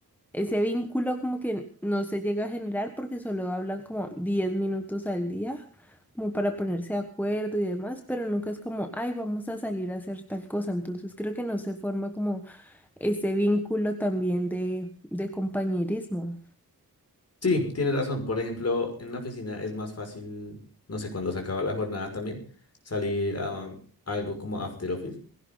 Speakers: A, in the centre; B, on the left.
A: ese vínculo como que no se llega a generar porque solo hablan como 10 minutos al día. como para ponerse de acuerdo y demás, pero nunca es como, ay, vamos a salir a hacer tal cosa. Entonces creo que no se forma como ese vínculo también de, de compañerismo.
B: Sí, tienes razón. Por ejemplo, en la oficina es más fácil, no sé, cuando se acaba la jornada también, salir a algo como after office